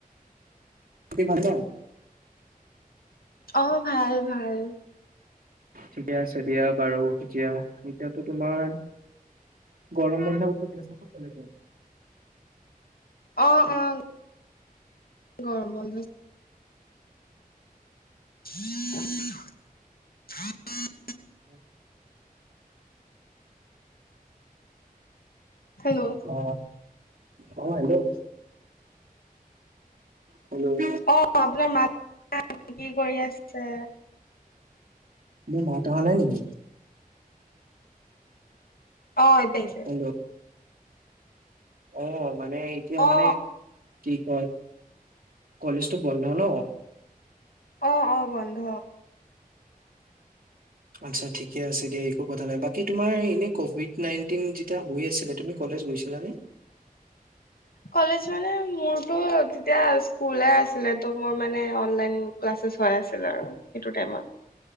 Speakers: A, on the right (about 70°); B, on the left (about 75°).
A: বাকি ভাল ন
B: অ ভাল ভাল
A: ঠিকে আছে দিয়া বাৰু এতিয়া এতিয়াতো তোমাৰ গৰম বন্ধ চ
B: অ অ গৰম বন্ধ <inaudible>
A: <inaudible>
B: হেল্ল'
A: অ অ হেল্ল' হেল্ল'
B: অ আপোনাৰ মা কি কৰি আছে
A: মোৰ মাট অহ নাই নেকি
B: অ এতিয়া আহিছে
A: অ অ মানে এতিয়া
B: অ
A: মানে কি হয় কলেজটো বন্ধ ন
B: অ অ বন্ধ
A: আচ্ছা ঠিকে আছে দিয়া একো কথা নাই বাকী তোমাৰ এনে কভিড নাইনটিন যেতিয়া হৈ আছিলে তুমি গৈছিলা নে
B: কলেজ মানে মোৰটো তেতিয়া স্কুল আছিলে মোৰ মানে অনলাইন ক্লাচেচ হৈ আছিল আৰু সেইটো টাইমত